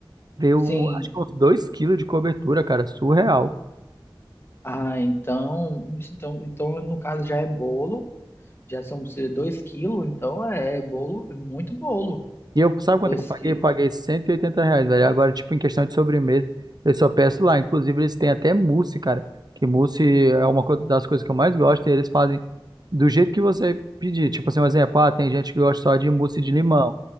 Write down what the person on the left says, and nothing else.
Sim.
Ah, então, então, então, no caso já é bolo, já são 2 quilos, então é é bolo, é muito bolo,
Dois
quilos.